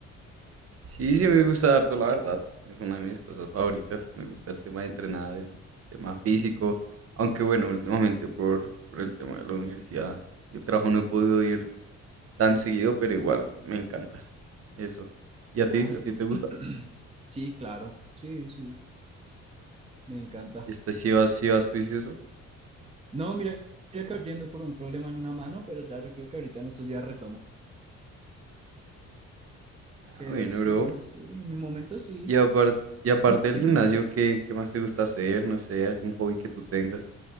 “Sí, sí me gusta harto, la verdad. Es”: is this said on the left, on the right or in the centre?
Right